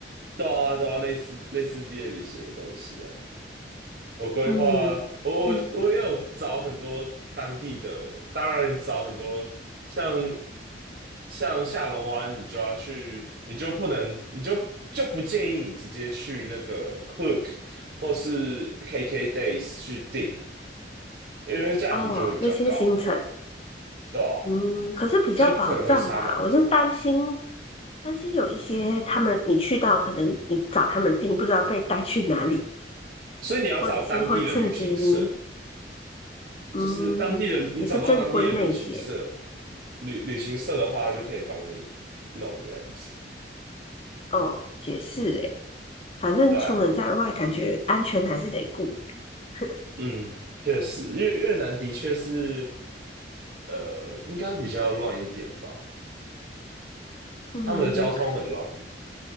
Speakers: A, on the right (about 55°); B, on the left (about 30°).
A: 对啊对啊，类似类似毕业旅行的东西啊。我规划，
B: 嗯，
A: 我我我也有找很多当地的，
B: 那
A: 当然找很多像像下龙湾，你就要去，你就不能，你就就不建议你直接去那个 c l o o k 或是 KK Days 去订，因为价钱就会比较高，
B: 哦那些行程，
A: 对啊，
B: 嗯，可是比较保障吧。
A: 就可能会差蛮多，
B: 我是担心担心有一些他们你去到，可能你找他们订，不知道被带去哪里，
A: 所以你要找当地的旅行社，
B: 或者是会趁机，嗯，
A: 就是当地的，你找到当地的旅行社，
B: 也是正规那一些。
A: 旅旅行社的话就可以帮你弄这样子，
B: 哦，解是诶，反正出门在外，
A: 对啊。
B: 感觉安全还是得顾。<clears throat>
A: 嗯，确实，越越南的确是，呃，应该比较乱一点吧，
B: 嗯，
A: 他们的交通很乱